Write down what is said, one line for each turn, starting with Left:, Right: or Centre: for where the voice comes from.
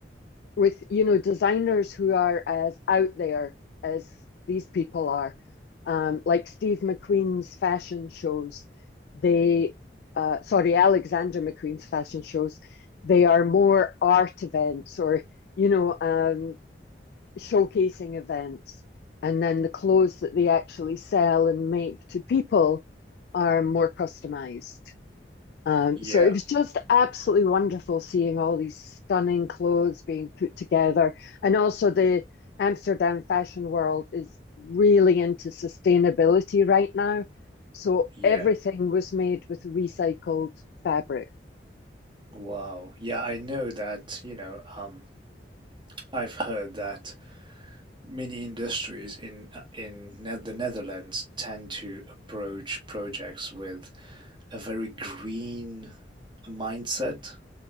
Left: with you know designers who are as out there as these people are, um, like Steve McQueen's fashion shows. They, uh, sorry, Alexander McQueen's fashion shows. They are more art events or you know um, showcasing events, and then the clothes that they actually sell and make to people are more customized. Um,
Right: Yeah,
Left: so it was just absolutely wonderful seeing all these stunning clothes being put together. And also, the Amsterdam fashion world is really into sustainability right now. So
Right: yeah.
Left: everything was made with recycled fabric.
Right: Wow. Yeah, I know that, you know, um I've heard that many industries in in Ne- the Netherlands tend to approach projects with a very green mindset.